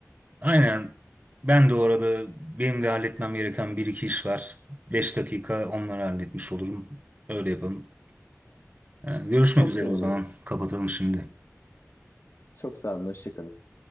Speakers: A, on the right (about 30°); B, on the left (about 55°).
A: Aynen. Ben de orada benim de halletmem gereken bir iki iş var. Beş dakika onları halletmiş olurum. Öyle yapalım. Ee, görüşmek
B: Çok
A: üzere
B: sevinirim.
A: o zaman. Kapatalım şimdi.
B: Çok sağ olun. Hoşça kalın.